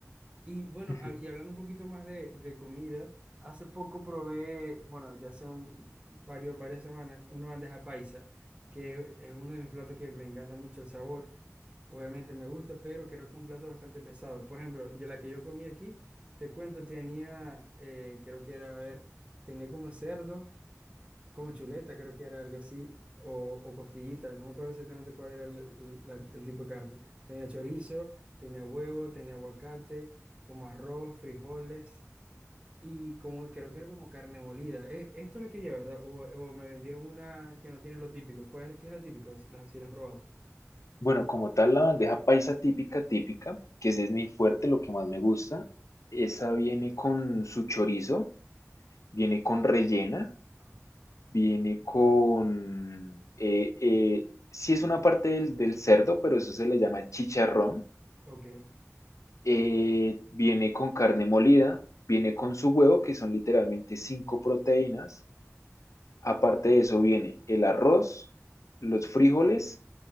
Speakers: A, on the right; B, on the left.
A: Y bueno,
B: Ujú.
A: hab- y hablando un poquito más de, de comida, hace poco probé, bueno, ya hace un- varios, varias semanas, una bandeja paisa, que es uno de mis platos que me encanta mucho el sabor. Obviamente me gusta, pero creo que es un plato bastante pesado. Por ejemplo, yo la que yo comí aquí, te cuento, tenía, eh, creo que era, a ver, tenía como cerdo como chuleta, creo que era algo así, o, o costillita, no me acuerdo exactamente cuál era el, el- la- el tipo de carne. Tenía chorizo, tenía huevo, tenía aguacate, como arroz, frijoles y como, creo que era como carne molida. Eh, esto es lo que lleva, ¿verdad? O, o me vendieron una que no tiene lo típico. ¿Cuál es, qué es lo típico? Si la, si la has probado.
B: Bueno, como tal, la bandeja paisa típica, típica, que ese es mi fuerte, lo que más me gusta, esa viene con su chorizo, viene con rellena,
A: Ajá.
B: viene con... eh, eh, sí es una parte del, del cerdo, pero eso se le llama chicharrón,
A: Ok.
B: eh, viene con carne molida, viene con su huevo, que son literalmente cinco proteínas, Aparte de eso viene el arroz, los frijoles,